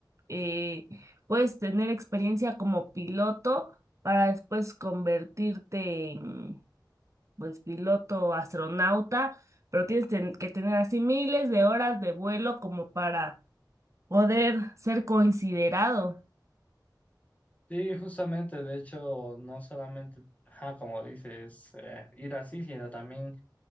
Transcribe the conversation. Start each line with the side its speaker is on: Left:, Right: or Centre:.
Right: eh, puedes tener experiencia como piloto para después convertirte en, pues, piloto astronauta, pero tienes ten- que tener así miles de horas de vuelo como para poder ser considerado.
Left: Sí, justamente, de hecho, no solamente, ajá, como dices, eh, ir así, sino también